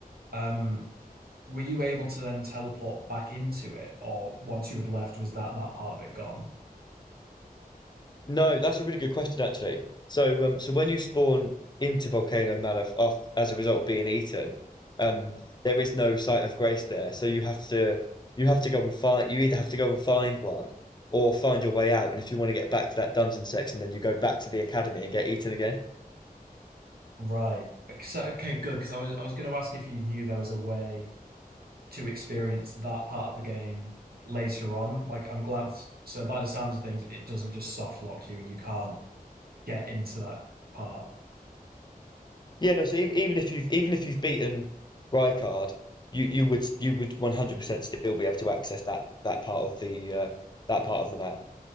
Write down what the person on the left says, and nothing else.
No, that's a really good question actually. So, um, so when you spawn into Volcano Manor af as a result of being eaten, um, there is no site of grace there. So you have to you have to go and find. You either have to go and find one, or find your way out. And if you want to get back to that dungeon section, then you go back to the academy and get eaten again.
Yeah, no. So even, even if you've even if you've beaten Rykard, you you would you would 100% still be able to access that that part of the uh, that part of the map.